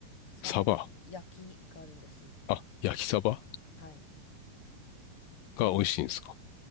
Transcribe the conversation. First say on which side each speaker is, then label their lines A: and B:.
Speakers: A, on the left; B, on the left.
A: サバの焼きがあるんですよ。
B: サバ。あ、焼きサバ
A: はい。
B: が美味しいんですか
A: も